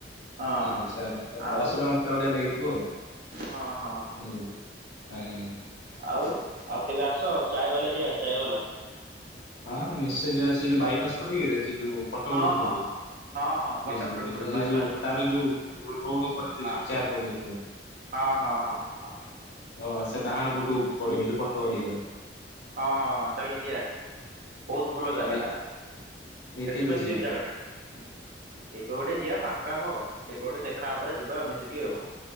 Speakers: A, on the right; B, on the left.
A: ହଁ
B: ଠିକ୍ ଅଛି ଆପଣ
A: ଆଉ
B: ଅଶି ଟଙ୍କା ପିଇଲା ଭଳିଆ ଲାଗିଥିବ ଆଉ
A: ହଁ ହଁ ହଁ।
B: <unintelligible> ଅଜ୍ଞା ଅଜ୍ଞା।
A: ଆଉ ଆଉ କେବେ ଆସ ଚାଏ ବାଲା ଯିବା ଚାଏ ବାଲା।
B: ହଁ ନିଶ୍ଚୟ ଯିବା ସେ ଯୋଉ ବାଇପାସ୍ ପଟେ କିରେ ସେ ଯୋଉ କଟକ
A: ହଁ
B: ରୋଡ ପଟେ।
A: ହଁ ହଁ ହଁ ହଁ କଟକ
B: ବୁଝିଲି
A: ରୋଡ
B: ବୁଝିଲି
A: ପଟେ ବାଇପାସ୍
B: ସେ ଯୋଉ
A: ପଟେ
B: ତାର ଯୋଉ ରୋଡ ଉପରେ ସେ
A: ହଁ।
B: ଯୋଉ ଚେୟାର ପକେଇଥିବ।
A: ହଁ ହଁ ହଁ ହଁ।
B: ଓ ସେ ଡାହାଣ ପଟକୁ ପଡିବ ଯୋଉ କଟକ ଆଡିକି ଗଲେ।
A: ହଁ ହଁ ଚାଲୁ ଯିବା। ବହୁତ୍ ଭଲ
B: ତାହେଲେ
A: ଜାଗାଟା
B: ଏ
A: ଏକ୍ସପେନସିଭ୍
B: କେବେ ଯିବା
A: ଜାଗାଟା
B: କୁହ
A: ହୁଁ। କେବେ ଗୋଟେ ଯିବା ଫାଙ୍କା ହୁଅ କେବେ ଗୋଟେ ଦେଖାହବ ଯିବା ଆଉ ମିଶିକି ଆଉ